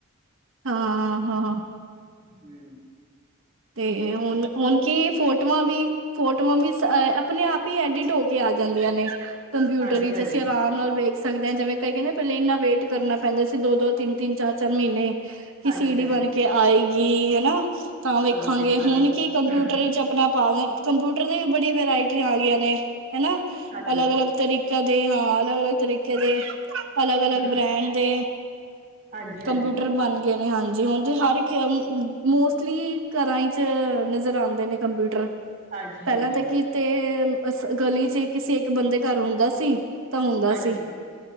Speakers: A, on the right (about 60°); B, on the right (about 35°).
A: ਹਾਂ, ਹਾਂ
B: ਹੂੰ
A: ਤੇ ਹੁਣ, ਹੁਣ ਕੀ ਫੋਟੋਆਂ ਵੀ ਫੋਟੋਆਂ ਵੀ ਆਪਣੇ ਆਪ ਹੀ ਐਡਿਟ ਹੋ ਕੇ ਆ ਜਾਂਦੀਆਂ ਨੇ। ਕੰਪਿਊਟਰ
B: ਹਾਂਜੀ
A: ਵਿੱਚ
B: ਹਾਂਜੀ
A: ਅਸੀਂ ਆਰਾਮ ਨਾਲ ਵੇਖ ਸਕਦੇ ਹਾਂ ਜਿਵੇ ਕਈ ਕਹਿੰਦੇ ਪਹਿਲੇ ਇੰਨਾ ਵੇਟ ਕਰਨਾ ਪੈਂਦਾ ਸੀ ਦੋ-ਦੋ, ਤਿੰਨ-ਤਿੰਨ, ਚਾਰ-ਚਾਰ ਮਹੀਨੇ ਕਿ
B: ਹਾਂਜੀ
A: ਸੀ ਡੀ
B: ਹਾਂਜੀ
A: ਬਣ ਕੇ ਆਏਗੀ ਹਨਾ ਤਾਂ ਵੇਖਾਂਗੇ
B: ਕਦੋਂ ਦੇਖਾਂਗੇ
A: ਹੁਣ
B: ਹੂੰ
A: ਕੀ ਕੰਪਿਊਟਰ
B: ਹੂੰ
A: ਵਿੱਚ ਆਪਣਾ ਪਾ ਦ ਕੰਪਿਊਟਰ ਦੀ ਵੀ ਬੜੀ ਵਰਾਇਟੀਆਂ ਆ ਗਈਆਂ ਨੇ ਹਨਾ,
B: ਹਾਂਜੀ
A: ਅਲੱਗ ਅਲੱਗ ਤਰੀਕੇ ਹਾਲ ਅਲੱਗ ਅਲਗ ਤਰੀਕੇ ਦੇ <unintelligible> ਅਲੱਗ ਅਲਗ
B: ਹੂੰ
A: ਬ੍ਰੈਂਡ ਦੇ
B: ਹਾਂਜੀ ਹਾਂਜੀ
A: ਕੰਪਿਊਟਰ ਬਣ ਗਏ ਨੇ ਹਾਂਜੀ ਹੁਣ ਤੇ ਹਰ ਮੋਸਟਲੀ ਘਰਾਂ ਚ ਨਜ਼ਰ ਆਉਂਦੇ ਨੇ ਕੰਪਿਊਟਰ
B: ਹਾਂਜੀ
A: ਪਹਿਲਾਂ
B: ਹਾਂਜੀ
A: ਤਾਂ ਕੀਤੇ ਅ ਸ ਗਲੀ ਚ ਹੀ ਕਿਸੇ ਇੱਕ ਬੰਦੇ ਘਰ ਹੁੰਦਾ ਸੀ। ਤਾਂ ਹੁੰਦਾ
B: ਹਾਂਜੀ
A: ਸੀ।